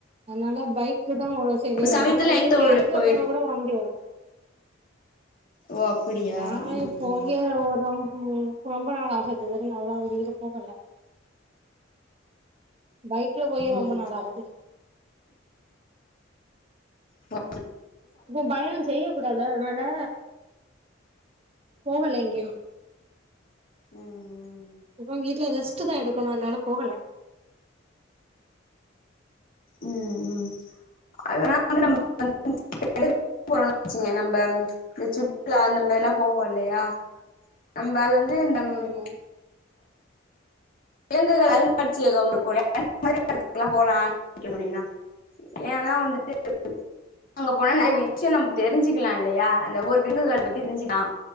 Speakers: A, on the right (about 30°); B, on the left (about 45°).
A: அதனால பைக் இதுதான் சரியாகு
B: இப்ப சமீபத்துல
A: அதேமாரி
B: எங்க தோழி
A: பேருந்துல
B: போய்
A: போனா கூட வாந்தி வரும்
B: ஓ அப்படியா
A: நான்இப்பங்க
B: ம்
A: ஒரு ரொம்ப உம் ரொம்ப நாள் ஆகுது வேற அவ்ளவா வெளில போகல பைக்ல போயே
B: ம்
A: ரொம்ப நாள் ஆகுது
B: ப
A: இப்போ பயணம் செய்ய கூடாத அதனால போகல எங்கயும்
B: உஹம்
A: இப்ப வீட்ல எதாச் டுதான் எடுக்கணும் அதனால போகல
B: உம் உம் அதல்லாம் <inaudible> வந்துறோம் வச்சங்க நம்ம இந்த சுற்றுலா அந்த மாரில்லாம் போவோம் இல்லையா அம் பால் வந்து இந்த
A: ஆமா
B: ம்
A: ஆமா
B: இலங்கைகள் அருங்காட்சியகம் ல கூட இந்த மாரி எடத்துக்கலா போலான் நெனைக்குற தோழி நா ஏன்னா வந்துட்டு அங்க போனா நெறைய விஷ்யோ நம்ம தெரிஞ்சிக்கலா இல்லையா அந்த ஒரு விலங்குகள் பத்தி தெரிஞ்சிக்கலா‌